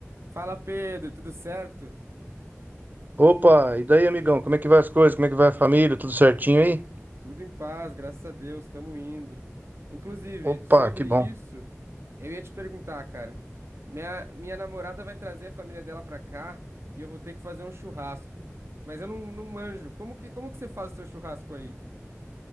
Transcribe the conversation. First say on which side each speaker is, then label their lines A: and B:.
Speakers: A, on the right; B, on the right.
A: Fala Pedro, tudo certo?
B: Opa, e daí, amigão? Como é que vai as coisas? Como é que vai a família? Tudo certinho aí?
A: Tudo em paz, graças a Deus, estamos indo. Inclusive,
B: Opa,
A: sobre
B: que bom.
A: isso, eu ia te perguntar, cara. Minha, minha namorada vai trazer a família dela pra cá e eu vou ter que fazer um churrasco. Mas eu não, não manjo. Como que, como que você faz o seu churrasco aí?